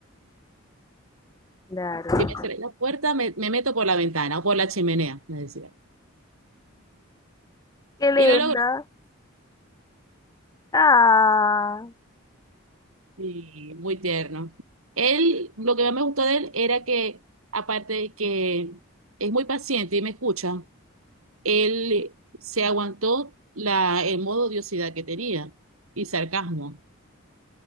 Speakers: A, on the left; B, on the right.
A: Claro.
B: Si me cerré la puerta, me, me meto por la ventana o por la chimenea, me decía.
A: Qué linda.
B: Y lo logró.
A: Ah.
B: Y muy tierno. Él, lo que más me gustó de él era que, aparte de que es muy paciente y me escucha, él se aguantó la, el modo odiosidad que tenía y sarcasmo.